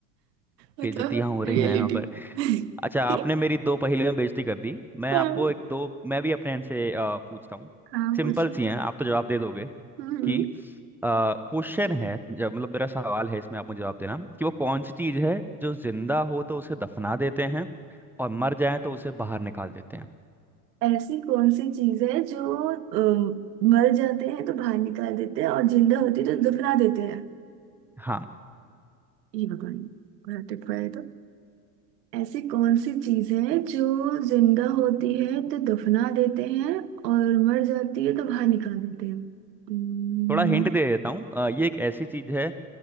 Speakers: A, on the right; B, in the centre.
A: मतलब
B: बेइज्जतियां हो रही
A: रियलिटी
B: हैं यहाँ पर
A: <laughs>
B: अच्छा आपने मेरी दो पहेलियां बेइज्जती कर दी मैं
A: हाँ।
B: आपको एक दो मैं भी अपने इनसे अ, पूछता हूँ
A: हाँ
B: सिंपल
A: पूछो
B: सी हैं आप तो जवाब दे दोगे
A: हम्म
B: कि क्वेश्चन है जब मतलब मेरा सवाल है इसमें आप मुझे जवाब देना कि वो कौन सी चीज है जो जिंदा हो तो उसे दफना देते हैं और मर जाए तो उसे बाहर निकाल देते हैं
A: ऐसी कौन सी चीज है जो अम, मर जाते हैं तो बाहर निकाल देते हैं और जिंदा होती है तो दफना देते हैं
B: हाँ,
A: ये भगवान ग्रैटिफाई तो ऐसी कौन सी चीज है जो जिंदा होती है तो दफना देते हैं और मर जाती है तो बाहर निकाल देते हैं Hmm,
B: थोड़ा हिंट दे देता हूँ अ, ये एक ऐसी चीज है